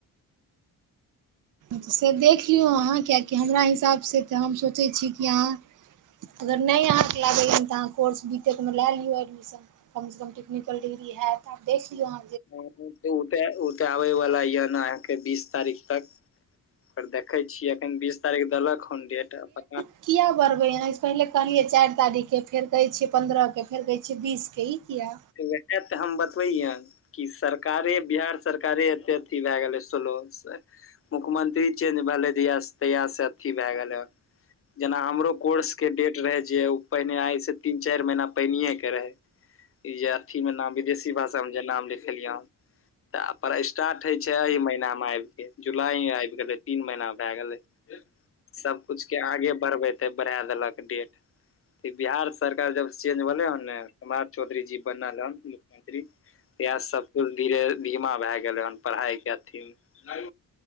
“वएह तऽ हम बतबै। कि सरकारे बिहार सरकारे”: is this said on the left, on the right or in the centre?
Left